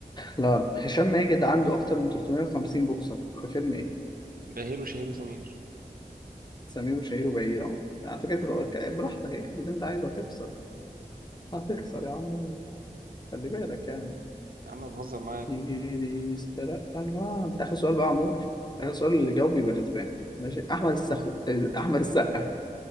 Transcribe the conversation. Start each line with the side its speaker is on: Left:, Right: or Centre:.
Left: لا لا هشام ماجد عنده اكتر من 350 بوكسر في فيلم ايه
Right: بهير وشهير وسمير
Left: سمير وشهير وبهير يا عم على فكره انت لو- براحتك اكتب اللي انت عايزه هتخسر هتخسر يا عم خلي بالك يعني
Right: يا عم بهزر معاك
Left: يسترق الله ده آخر سؤال بقى يا عمور آخر سؤال اللي جاوب يبقى كسبان ماشي أحمد السخو أحمد السقا